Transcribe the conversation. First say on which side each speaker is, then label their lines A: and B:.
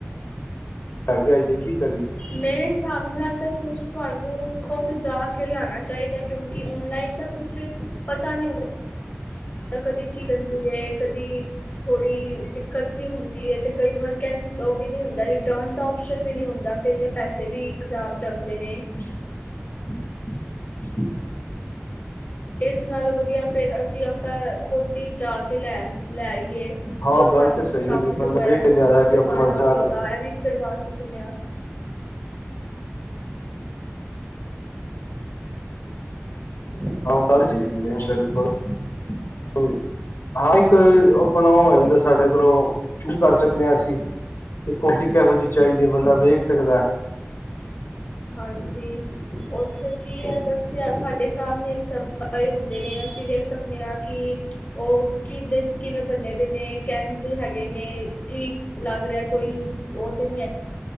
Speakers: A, on the left; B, on the left.
A: ਲੈ ਕੇ ਆਈਏ ਕੀ ਕਰੀਏ?
B: ਮੇਰੇ ਸਮਣੇ ਆ ਕੇ ਤੁਸ ਤੁਹਾਨੂੰ ਖੁਦ ਜਾ ਕੇ ਲਿਆਉਣਾ ਚਾਹੀਦਾ, ਕਿਉਂਕਿ ਔਨਲਾਈਨ ਦਾ ਕੁਛ ਪਤਾ ਨਹੀਂ ਹੁੰਦਾ। ਤ ਕਦੀ ਹਦੀ ਐ ਕਦੀ ਥੋੜੀ ਦਿੱਕਤ ਵੀ ਹੁੰਦੀ ਹੈ ਤੇ ਕਈ ਵਾਰ ਕੇਂਸ ਉਹ ਵੀ ਨੀ ਹੁੰਦਾ ਰਿਟਰਨ ਦਾ ਓਪਸ਼ਨ ਵੀ ਨਹੀਂ ਹੁੰਦਾ। ਕਈ ਵਾਰੀ ਪੈਸੇ ਵੀ ਖਰਾਬ ਜਾਂਦੇ ਨੇ।
A: <unintelligible> <unintelligible>
B: ਇਸ ਨਾਲੋਂ ਵਧੀਆ ਫੇਿਰ ਅਸੀਂ ਆਪਾਂ ਖੁਦ ਹੀ ਜਾ ਕੇ ਲੈਣ ਲੈ ਆਈਏ।
A: ਹਾਂ
B: ਜੋ
A: ਗੱਲ
B: ਸਾਨੂੰ
A: ਤੇ ਸਹੀ
B: ਡਿਸਕਾਊਂਟ
A: ਹੈਗੀ ਬੰਦਾ
B: ਵਗੈਰਾ
A: ਵੇਖ ਕੇ
B: ਕੁਛ
A: ਲਿਆਂਦਾ
B: ਅਸੀਂ
A: ਕਿ
B: ਕਰਵਾਣਾ
A: ਆਪਣੀ ਮਰਜ਼ੀ
B: ਹੋਏਗਾ
A: ਨਾਲ
B: ਇਹ ਵੀ ਕਰਵਾ ਸਕਨੇ ਆ। <unintelligible>
A: ਹਾਂ ਗੱਲ ਸਹੀ ਵੀ ਐ ਬਿਲਕੁਲ। ਹਾਂ ਇੱਕ
B: ਹਾਂਜੀ।
A: ਆਪਣਾ ਉਹ ਹੋ ਜਾਂਦਾ ਸਾਡੇ ਕੋਲੋਂ ਚੂਜ਼ ਕਰ ਸਕਨੇ ਹਾਂ ਅਸੀਂ। ਕਿ ਕੁਆਲਿਟੀ ਕਿਹੋ ਜਿਹੀ ਚਾਹੀਦੀ ਐ, ਬੰਦਾ ਵੇਖ ਸਕਦਾ।
B: ਹਾਂਜੀ ਉੱਥੇ ਕੀ ਹੈ ਦੱਸਿਆ ਸਾਡੇ ਸਾਹਮਣੇ ਸਭ ਤੈ ਹੁੰਦੇ ਨਾ ਅਸੀਂ ਵੇਖ ਸਕਨੇ ਆਂ ਕਿ ਉਹ ਕਿਦਿਨ ਕਿਵੇਂ ਬੰਨੇ ਦੇ ਨੇ ਕਹਿਣ ਹੈ ਹੈਗੇ ਨੇ ਠੀਕ ਲੱਗ ਰਿਹਾ ਕੋਈ ਉਹ ਤੇ ਨੀ ਹੈ।